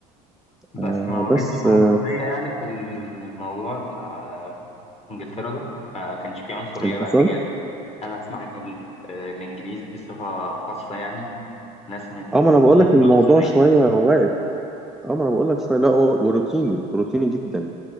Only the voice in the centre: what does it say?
آه
بس
آه
اللي
حصل
اه ما
انا بقول لك الموضوع
شويه واقف اه ما انا بقول لك شويه لا هو وروتيني روتيني جدا